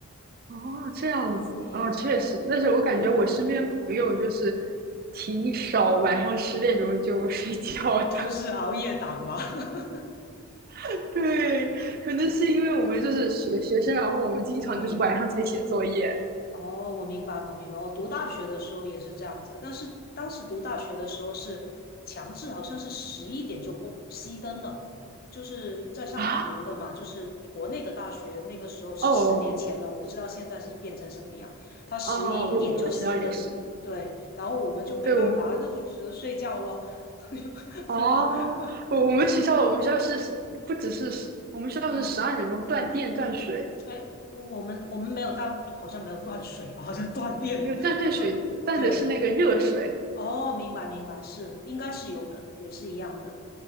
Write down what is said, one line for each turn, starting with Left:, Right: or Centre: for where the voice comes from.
Right: 哦，这样子哦，
Left: 嗯，
Right: 确实，但是我感觉我身边朋友就是
Left: 是，
Right: 挺少晚上十点钟就睡觉的。
Left: 都是熬夜党嘛。<laughs>
Right: <laughs> 对，可能是因为我们就是学学生，然后我们经常就是晚上才写作业
Left: 嗯。哦，我明白，我明白。我读大学的时候也是这样子，但是当时读大学的时候是强制，好像是十一点就关熄灯了。就是在上海读的嘛，
Right: 啊。
Left: 就是国内的大学，那个时候是十年前了，
Right: 哦
Left: 我不知道现在是变成什么样。他十一点就熄灯，
Right: 哦，我我们学校也是，
Left: 对，然后我们就没办法，
Right: 对我们
Left: 那就只能睡觉咯，<laughs>
Right: 哦，
Left: 对吧？<laughs>
Right: 我我们学校我们学校是不只是十，我们学校是十二点钟断电断水。
Left: 嗯，哎，我们我们没有断，好像没有断水吧，好像断电，
Right: 没有断断水，
Left: 对对。
Right: 断的是那个热水，
Left: 哦，明白明白，是应该是有的，也是一样的。